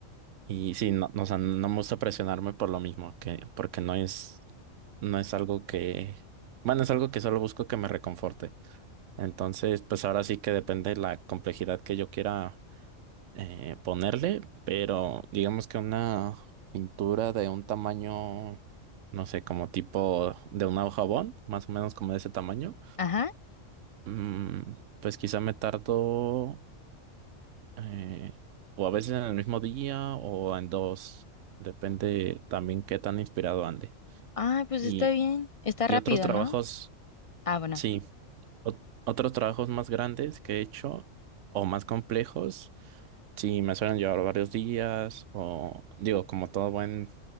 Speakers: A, on the right; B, on the left.
A: y sí, no, no, o sea, no me gusta presionarme por lo mismo, que, porque no es, no es algo que, bueno, es algo que solo busco que me reconforte. Entonces, pues ahora sí que depende de la complejidad que yo quiera eh, ponerle, pero digamos que una pintura de un tamaño, no sé, como tipo de una hoja bond, más o menos como de ese tamaño.
B: Ajá.
A: Mm, pues quizá me tardo eh, o a veces en el mismo día o en dos, depende también qué tan inspirado ande.
B: Ay, pues
A: Y,
B: está bien, está
A: y
B: rápido,
A: otros trabajos,
B: ¿no? Ah, bueno.
A: sí, ot- otros trabajos más grandes que he hecho o más complejos, sí, me suelen llevar varios días o digo, como todo buen